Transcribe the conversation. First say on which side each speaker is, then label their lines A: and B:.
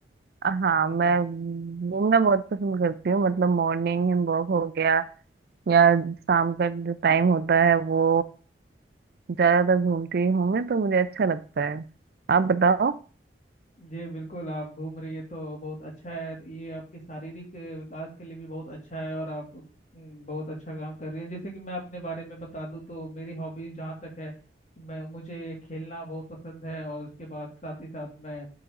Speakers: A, on the right; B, on the left.
A: हाँ
B: जी
A: मैं
B: जी
A: घूमना बहुत पसंद करती हूँ मतलब मॉर्निंग वॉक हो गया या शाम का जो टाइम होता है वो ज्यादातर घूमती हूँ मैं तो मुझे अच्छा लगता है आप बताओ
B: जी बिल्कुल आप घूम रही है तो बहुत अच्छा है ये आपके शारीरिक अ, विकास के लिए भी बहुत अच्छा है और आप अम, बहुत अच्छा काम कर रही है जैसे कि मैं अपने बारे में बता दूं तो मेरी हॉबीज जहाँ तक है मैं मुझे खेलना बहुत पसंद है और उसके बाद साथ ही साथ मैं अ,